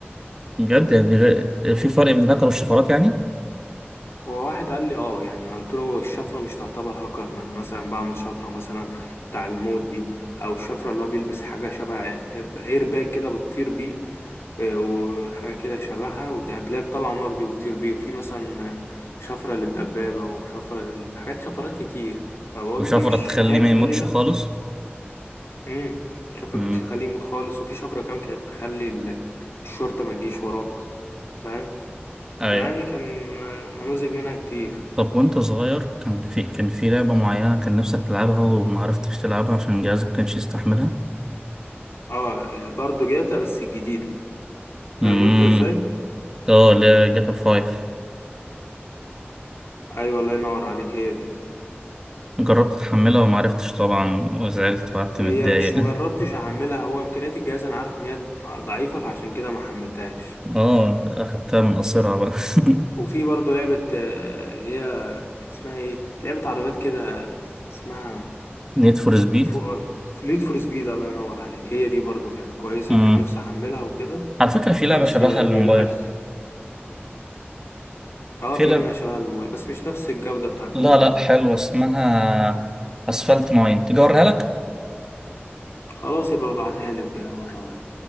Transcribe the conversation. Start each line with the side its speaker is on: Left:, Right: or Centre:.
Right: بجد يعني غ- في فرق بين الهاكر والشفرات يعني
Left: هو واحد قال لي اه يعني قلت له الشفرة مش تعتبر هاكر ما انا مثلا بعمل شفرة مثلا بتاع الموت دي او الشفرة اللي هو بيلبس حاجة شبه اير باك كده بتطير بيه آه، وحاجة كده شبهها وبتلاقيها بتطلع نار دي بتطير بيه وفي مثلا آه، شفرة للدبابة او شفرة لل- حاجات شفرات كتير فبقول
Right: وشفرة
Left: له دي مش
Right: تخليه
Left: هاك
Right: ما يموتش
Left: قال لي لا
Right: خالص
Left: امم شفرة
Right: مم.
Left: كانت تخليه يموت خالص وفي شفرة كمان كانت تخلي ال- الشرطة ما تجيش وراك فاهم
Right: ايوه
Left: فيعني كان نماذج منها كتير
Right: طب وانت صغير كان في كان في لعبة معينة كان نفسك تلعبها وما عرفتش تلعبها عشان جهازك كانش يستحملها؟
Left: اه برضو جاتا بس الجديدة فاهم
Right: امم
Left: انت ازاي؟
Right: اه لا جاتا فايف
Left: ايوه الله ينور عليك هي دي
Right: جربت تحملها وما عرفتش طبعا وزعلت وقعدت
Left: هي
Right: متضايق
Left: مش مجربتش
Right: <laughs>
Left: احملها هو امكانيات الجهاز انا عارف ان هي ضعيفة فعشان كده ما حملتهاش
Right: اه اخدتها من قصرها بقى <laughs>
Left: وفي برضو لعبة آه، اللي هي اسمها ايه لعبة عربيات كده اسمها
Right: نيد فور سبيد
Left: فو... نيد فور سبيد الله ينور عليك هي دي برضو كانت كويسة
Right: امم
Left: كان نفسي احملها وكده
Right: على فكرة في لعبة
Left: بس
Right: شبهها
Left: آه،
Right: للموبايل
Left: للأسف اه
Right: في
Left: في
Right: لعبة
Left: منها شغل بس مش نفس الجودة بتاع الكمبيوتر
Right: لا لا حلوة اسمها اسفلت ناين تيجي اوريها لك؟
Left: خلاص يبقى ابعتها لي وكده ورا